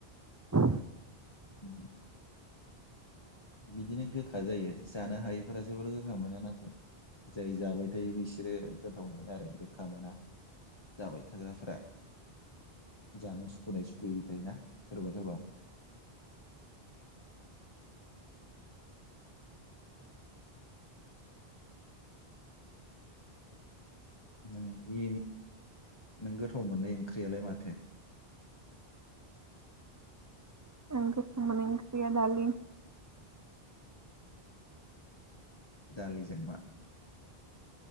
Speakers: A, on the right; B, on the left.
A: ब
B: उ बिदिनो गोखा जायो जानो हायैफोरा जोबोर गोखा मोना नाथाय जाय जाबाय थायो बिसोरो गोथाव मोनो आरो गोखा मोना जाबाय थाग्राफोरा जानो सुखुनाय सुखुयैबो थायोना सोरबा सोरबा नों बे नों गोथाव मोननाय ओंख्रियालाय माथो
A: आं गोथाव मोननाय ओंख्रिया दालि
B: दालिजों मा